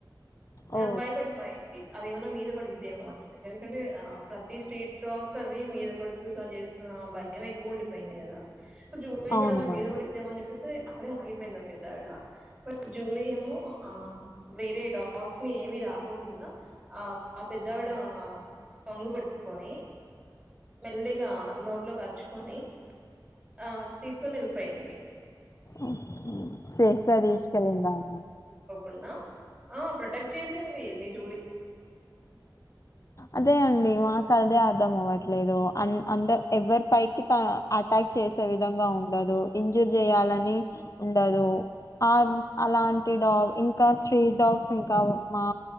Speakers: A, on the left; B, on the right.
A: ఓ
B: ఆ భయపడిపోయింది అదే ఏమన్నా మీద పడిద్దేమో అని జెప్ ఎందుకంటే ఆ ప్రతి స్ట్రీట్ డ్రాగ్స్ అవి మీద పడుతూ ఇలా చేస్తున్న బ ఏమో ఎక్కువ ఉండిపోయింది కదా సో జూలీ
A: అవును
B: కూడా అలా
A: మ్యామ్
B: మీద పడిద్దేమో అని చెప్పేసి అక్కడే ఆగిపోయిందా పెద్ద ఆవిడ బట్ జూలీ ఏమో ఆ వేరే డాగ్స్ ని ఏమి రాకోకుండా ఆ ఆ పెద్దవిడ కొంగు పట్టుకొని మెల్లిగా నోట్లోకరుచుకొని ఆ తీసుకుని వెళ్ళిపోయింది
A: ఓకె సేఫ్గా తీసుకెళ్ళిందామా
B: ఉన్నా ఆ ప్రొటెక్ట్ చేసింది మీ జూలి
A: అదే అండి మా కదే అర్ధం అవ్వట్లేదు అన్ అంద ఎవరి పైకి త అటాక్ చేసే విధంగా ఉండదు ఇంజూర్ చేయాలని ఉండదు ఆ అలాంటి డాగ్ ఇంకా స్ట్రీట్ డాగ్స్ ఇంకా మా